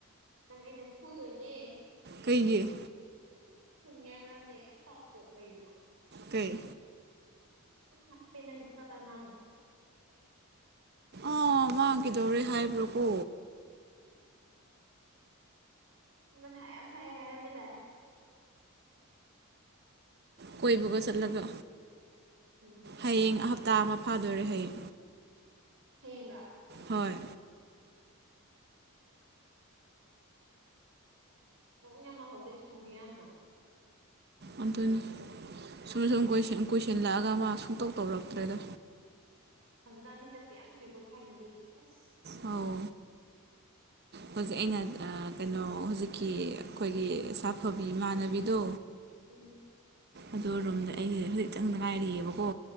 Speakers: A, on the right; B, on the right.
A: ꯅꯪ ꯑꯩꯅ ꯐꯨꯗꯣꯏꯅꯦ
B: ꯀꯩꯒꯤ
A: ꯄꯨꯟꯌꯥꯃꯨꯂꯝ ꯂꯩ ꯄꯄ ꯀꯩꯣ
B: ꯀꯦ
A: ꯊꯄꯦ ꯅꯈꯗ ꯑ
B: ꯑꯥ ꯃꯥ ꯀꯩꯗꯧꯔꯦ ꯍꯥꯏꯕ꯭ꯔꯣꯀꯣ
A: ꯅ ꯃꯊꯥ ꯌꯥꯝ ꯁꯥꯏ ꯍꯥꯏꯔꯝꯃꯤꯗꯥꯏ
B: ꯀꯣꯏꯕꯒ ꯆꯠꯂꯒ
A: ꯍ
B: ꯍꯌꯦꯡ ꯍꯞꯇꯥ ꯑꯃ ꯐꯥꯗꯣꯔꯦ ꯍꯌꯦꯡ
A: ꯍꯦꯒ
B: ꯍꯣꯏ
A: ꯅꯣꯡ ꯌꯥꯝ ꯃꯥꯜꯍꯧꯗꯦ ꯊꯨꯒꯦ ꯌꯥꯝꯅ
B: ꯑꯗꯨꯅꯤ ꯁꯨꯝ ꯁꯨꯝ ꯀꯣꯏꯁꯤꯜꯂꯛꯑꯒ ꯃꯥ ꯁꯨꯡꯇꯧ ꯇꯧꯔꯛꯇ꯭ꯔꯦꯗ
A: ꯍꯧꯖꯤꯛꯀꯥꯟꯗꯤ ꯆꯠꯄ ꯌꯥꯝ ꯊꯨꯏꯀꯣ ꯊꯥꯏꯅꯗꯤ ꯑꯁ
B: ꯑꯥꯎ ꯍꯧꯖꯤꯛ ꯑꯩꯅ ꯀꯩꯅꯣ ꯍꯧꯖꯤꯛꯀꯤ ꯑꯩꯈꯣꯏꯒꯤ ꯁꯥꯐꯕꯤ ꯏꯃꯥꯟꯅꯕꯤꯗꯣ
A: ꯎꯝ
B: ꯑꯗ ꯔꯣꯝꯗ ꯑꯩꯁ ꯍꯧꯖꯤꯛꯇꯪꯗ ꯉꯥꯏꯔꯤꯛꯑꯦꯕꯀꯣ